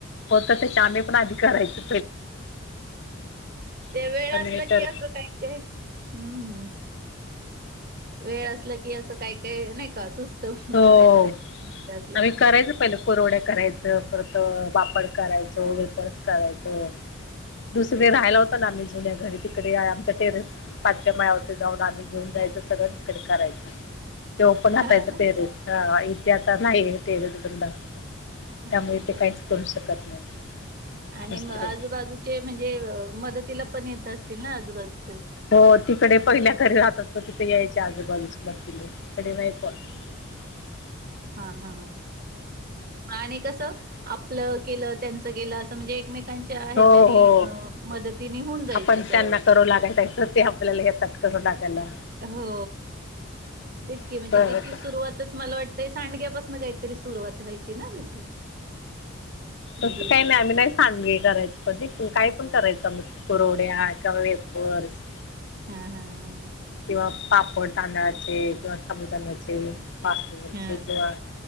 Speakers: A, on the left (about 60°); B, on the right (about 45°).
A: होत त्याच्या आम्ही पण आधी करायचो
B: ते
A: आता
B: वेळ
A: नाही
B: असलं
A: तर
B: की असं काही काय हम्म वेळ असल की अस काही काही नाही का सुस्त
A: हो
B: करायला ते असलं
A: आम्ही
B: की
A: करायचो पहिले कूरड्या करायचं परत पापड करायचो वेपर्स करायचो दुसरे राहियला होत ना आम्ही जुन्या घरी तिकडे आमच्या टेरेस पाचव्या माळ्यावरती जाऊन आम्ही घेऊन जा सगळं तिकडे करायच ते पण असयचं
B: हा ना
A: हा इथे आता ना टेरेस बंद असत
B: हा
A: त्यामुळे ते काहीच करू शकत नाही
B: आणि
A: दुसरीकडे
B: म आजूबाजूचे म्हणजे मदतीला पण येत असतील ना आजूबाजू
A: हो तिकडे पहिल्या घरी राहत तिथ यायचं चार आजूबाजूचे <unintelligible> म कडे नाही फन <unintelligible>
B: हा हा आणि कस आपलं केलं त्यांच केलं अस म्हमजे एकमे ह्यांच्या
A: हो
B: याच्यानी
A: हो
B: मदतीने होऊन जायचं
A: आपण
B: तेव्हा
A: त्यांना करू लागायचं ते आपल्याला येतात करू लागायला हा
B: हो तेचकी
A: असं
B: म्हणजे त्याची
A: होतं
B: सुरुवातच मला वाटतंय सांडग्यापासनं काहीतरी सुरुवात व्हायची ना त्याची म्हणजे
A: तसं काही नाही आम्ही नाही सांडगे करायचो काय पण करायचो आम्ही पुरवड्या किंवा वेफर्स
B: हम हम हमम
A: किंवा पापड तांदळाचे किंवा साबुदाण्याचे वाफे वरचे
B: हा
A: किंवा